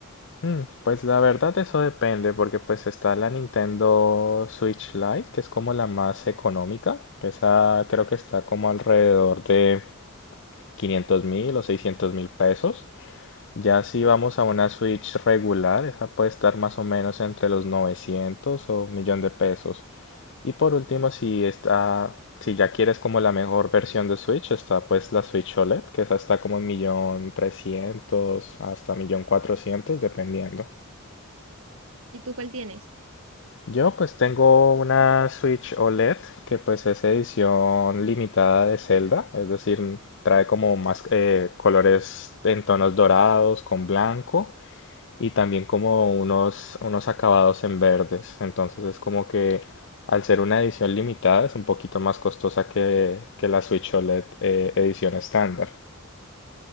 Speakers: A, on the left; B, on the right.
A: Mm, Pues la verdad eso depende porque pues está la Nintendo Switch Lite que es como la más económica, que esa creo que está como alrededor de 500 mil o 600 mil pesos. Ya si vamos a una Switch regular, esa puede estar más o menos entre los 900 o un millón de pesos. Y por último, si está, si ya quieres como la mejor versión de Switch, está pues la Switch OLED, que esa está como en millón 300 hasta millón 400 dependiendo.
B: ¿Y tú cuál tienes?
A: Yo pues tengo una Switch OLED que pues es edición limitada de Zelda, es decir, trae como más eh, colores en tonos dorados con blanco y también como unos, unos acabados en verdes. Entonces es como que al ser una edición limitada es un poquito más costosa que, que la Switch OLED eh, edición estándar.